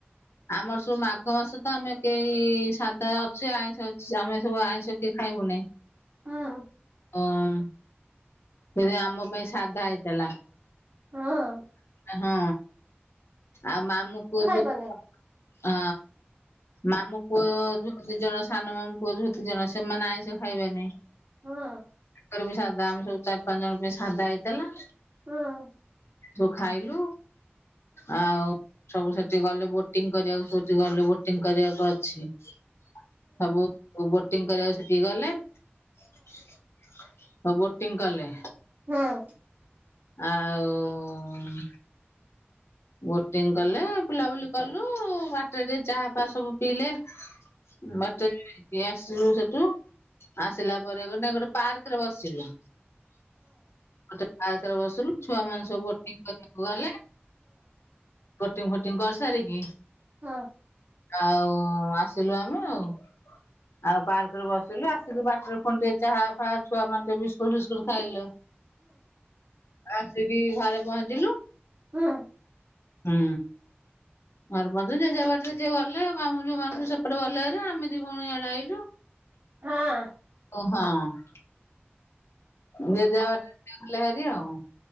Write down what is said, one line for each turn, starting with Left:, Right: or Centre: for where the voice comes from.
Left: ଆମର ସବୁ ମାଘ ମାସ ତ ଆମେ କେହି ସାଧା ସେ ଆଇଁଷ ଅଛି ଆମେ ସବୁ ଆଇଁଷ କିଏ ଖାଇବୁ ନାହିଁ।
Right: ହଁ।
Left: ଅମ୍ ସେଇରେ ଆମ ପାଇଁ ସାଧା ହେଇଥିଲା।
Right: ହଁ।
Left: ହଁ ଆଉ ମାମୁ ପୁଅ ଝୁଅ
Right: ଜାଣିନେଇ।
Left: ହଁ ମାମୁ ପୁଅ ଯ ଦି ଜଣ ସାନ ମାମୁ ପୁଅ ଝୁଅ ଦି ଜଣ ସେମାନେ ଆଇଁଷ ଖାଇବେନେଇ।
Right: ହଁ।
Left: ତାଙ୍କର ବି ସାଧା ଆମେ ସବୁ ଚାରି ପାଞ୍ଚ ଜଣଙ୍କ ପାଇଁ ସାଧା ହେଇଥିଲା।
Right: ହଁ।
Left: ଯୋଉ ଖାଇଲୁ ଆଉ ସବୁ ସେଠି ଗଲେ ବୋ ଟିଂ କରିବାକୁ ସଉଛି ଗଲେ ବୋଟିଂ କରିବାକୁ ଅଛି। ସବୁ ବୋଟିଂ କରିବାକୁ ସେଠିକି ଗଲେ। ଓଉ ବୋଟିଂ କଲେ।
Right: ହଁ।
Left: ଆଉ ବୋଟିଂ କଲେ ବୁଲାବୁଲି କଲୁ ବାଟରେ ଚାହା ଫା ସବୁ ପିଇଲେ। ବାଟରେ ହେଇକି ଆସିଲୁ ସେଠୁ। ଆସିଲା ପରେ ଗ ନାଇ ଗୋଟେ ପାର୍କ ରେ ବସିଲୁ। ଗୋଟେ ପାର୍କରେ ବସିଲୁ ଛୁଆ ମାନେ ସବୁ ବୋଟିଂ କରିବାକୁ ଗଲେ। ବୋଟିଂ ଫୋଟିଂ କରିସାରିକି
Right: ହଁ।
Left: ଆଉ ଆସିଲୁ ଆମେ ଆଉ ଆଉ ପାର୍କରେ ବସିଲୁ ଆ ସେ ବାଟରେ ଫୁଣୀ ଟିକେ ଚାହା ଫା ଛୁଆ ମାନେ ଟିକେ ବିସ୍କୁଟ ଫିସ୍କୁଟ ଖାଇଲେ। ଆସିକି ଘରେ ପହଞ୍ଚିଲୁ।
Right: ହୁଁ।
Left: ହୁଁ। ଘର ପହଞ୍ଚିଲୁ ଜେଝା ବାଟରେ ଯିଏ ଗଲେ ମାମୁ ଝୁଅମାନେ ସେପଟେ ଗଲେହାରି ଆମେ ଦି ଭଉଣୀ ଇଆଡେ ଆଇଲୁ।
Right: ହଁ।
Left: ଓହୋ ହାଁ। ଯେଝା ବାଟରେ ଗଲେ ହାରି ଆଉ